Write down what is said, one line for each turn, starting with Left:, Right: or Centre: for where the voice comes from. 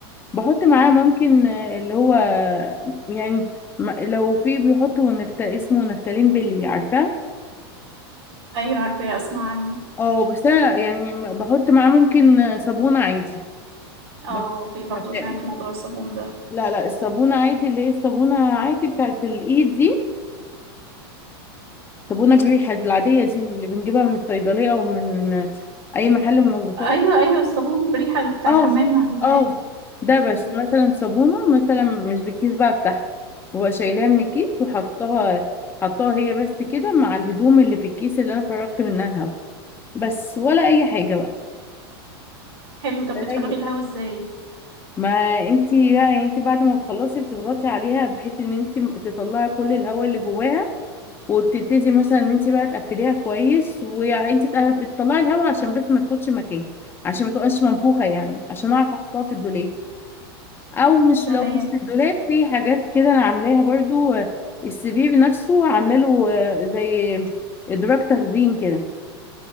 Left: بحط معاه ممكن آه، اللي هو يعني م- لو في بيحطوا نفت... اسمه نفتالين بلي عارفاه
Right: أيوة عارفة أسمع عنه
Left: اه بس انا يعني م- بحط معاه ممكن آه، صابونة عادي
Right: اه
Left: بس
Right: في برضه
Left: ما بت...
Right: سمعت موضوع الصابون ده
Left: لا لا الصابونة عادي اللي هي الصابونة عادي بتاعت الايد دي صابونة بريحة العادية دي اللي بنجيبها من الصيدلية او من آه، اي محل منظفات
Right: ايوه ايوه الصابون بريحة بتاع
Left: اه
Right: الحمام على العادي
Left: اه دبش
Right: مم.
Left: مثلا صابونة مثلا مش بالكيس بقى بتاعها ببقى شايلاها من الكيس وحطاها حطاها هي بس كده مع الهدوم اللي في الكيس اللي انا فرغت منها الهوا بس ولا اي حاجة بقى
Right: حلو طب
Left: ولا
Right: بتفرغي
Left: أي-
Right: الهوا ازاي
Left: ما انتي بقى انتي بعد ما بتخلصي بتضغطي عليها بحيث ان انتي تطلعي كل الهواء اللي جواها وبتبتدي مثلا ان انتي بقى تقفليها كويس وانتي بتطلعي الهواء عشان بس ما تاخدش مكان عشان ما تبقاش منفوخة يعني عشان اعرف احطها في الدولاب او مش
Right: تمام
Left: لو مش في الدولاب في حاجات كده انا عاملاها برضو آه، السي في نفسه عامله له آه، زي ادراج تخزين كده